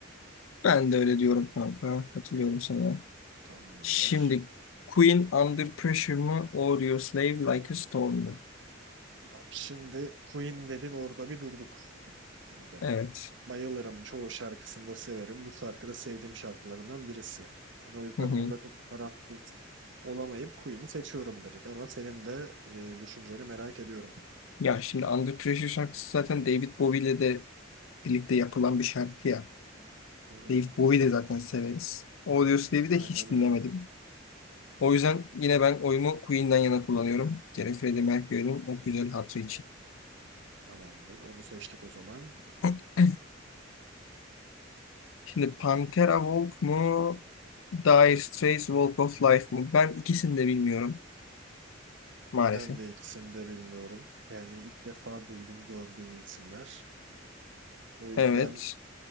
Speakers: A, on the left (about 80°); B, on the right (about 65°).
A: Ben de öyle diyorum kanka. Katılıyorum sana.
B: Tamamdır.
A: Şimdi Queen Under Pressure mı? Audio Slave Like a Storm mu?
B: Abi Şimdi Queen dedin orada bir durduk şimdi.
A: Evet.
B: Bayılırım. Çoğu şarkısını da severim. Bu şarkı da sevdiğim şarkılarından birisi. Ben o yüzden
A: Hı hı.
B: burada çok tarafsız olamayıp Queen'i seçiyorum direkt. Ama senin de e, düşünceni merak ediyorum.
A: Ya şimdi Under Pressure şarkısı zaten David Bowie ile de birlikte yapılan bir şarkı ya.
B: Hı hı.
A: David Bowie de zaten severiz. Audios Dave'i de
B: Aynen
A: hiç dinlemedim.
B: öyle.
A: O yüzden yine ben oyumu Queen'den yana kullanıyorum. Bir kere Freddie Mercury'nin o güzel hatırı için.
B: Tamamdır. Onu seçtik o zaman.
A: <clears throat> Şimdi Pantera Walk mu? Dire Straits Walk of Life mı? Ben ikisini de bilmiyorum maalesef.
B: Ben de ikisini de bilmiyorum. Yani ilk defa duydum gördüğüm isimler. O yüzden
A: Evet.